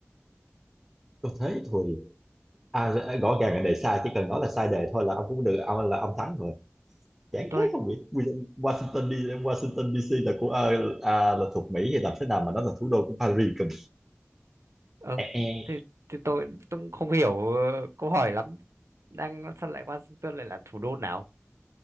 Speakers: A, in the centre; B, on the right.
A: có thế thôi à rõ ràng là đề sai chỉ cần nói là sai đề thôi là ông cũng được ông là ông thắng rồi chán
B: tôi
A: thế không biết Washington Washington đi Washington DC là của à, à, là thuộc Mỹ hay làm thế nào mà nó là thủ đô của Paris cần
B: ờ
A: e e
B: thế, thế tôi tôi cũng không hiểu ờ, câu hỏi lắm đang sao lại Washington lại là thủ đô nào